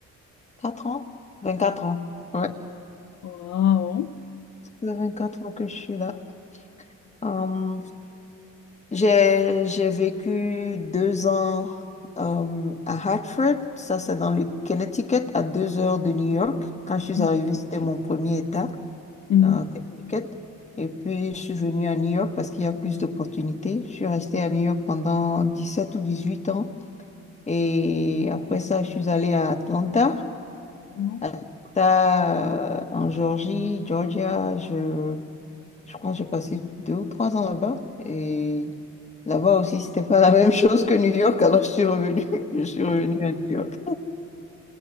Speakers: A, on the left; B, on the left.
A: quatre ans? vingt-quatre ans. Ouais, ça
B: Waouh.
A: fait 24 ans que je suis là. Euh, j'ai, j'ai vécu deux ans euh, à Hartford, ça c'est dans le Connecticut, à deux heures de New York. Quand je suis
B: Hum,
A: arrivée, c'était mon premier état,
B: hum,
A: euh, Connecticut. Et puis, je suis venue à New York parce qu'il y a plus d'opportunités. Je suis restée à New York pendant 17 ou 18 ans. Et après ça, je suis allée à Atlanta.
B: hum.
A: Atlanta, euh, en Georgie, Georgia, je Je pense que j'ai passé deux ou trois ans là-bas. Et là-bas aussi, c'était pas la <laughs> même chose que New York. Alors, je suis revenue. <laughs> Je suis revenue à New York.